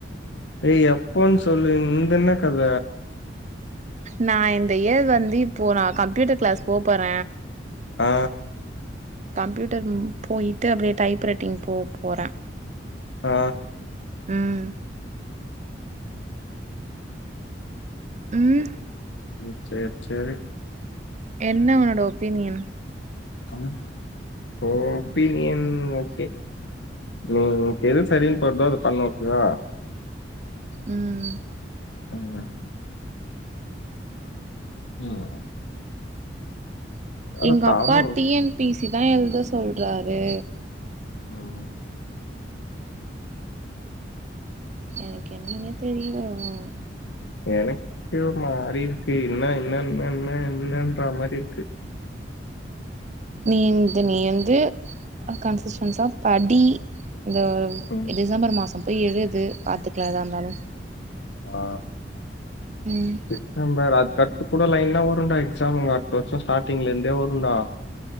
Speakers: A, on the left; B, on the right.
A: ஏய் எப்போன் சொல்லு உன்து என்ன கத
B: நா இந்த இயர் வந்து இப்போ நா கம்ப்யூட்டர் க்ளாஸ் போ போற
A: ஆ
B: கம்ப்யூட்டர் போயிட்டு அப்டே டைப் ரட்டிங் போ போறே
A: ஆ
B: ம் ம்
A: ம் சேரி சேரி
B: என்ன உன்னோட ஒப்பீனியன்
A: ஆ ஓப்பினீயன் ஓகே உ உன்க்கு எது சரின் படுதோ அது பண்ணு ஓகேவா
B: ம்
A: ம் ம் அட
B: எங்கப்பா
A: தலை
B: டி என் பி சி தா எழுத சொல்றாரு
A: ம்
B: எனக்கு என்னன்னே தெரில அ
A: எனக்கே ஒரு மாறி இருக்கு என்ன என்ன என்ன என்ன என்னன்ற மாரி இருக்கு
B: நீ ந்து நீ வந்து கன்சிஸ்டன்ஸா படி இந்த
A: ம்.
B: டிசம்பர் மாசோ போய் எழுது பாத்துக்லா எதா இருந்தாலும்
A: ஆ
B: ம்
A: டிசம்பர் அதுக்கடுத்து கூட லைன்னா வருன்டா எக்ஸாம் அங்க அடுத்த வருஷோ ஸ்டார்டிங்ல இருந்தே வருன்டா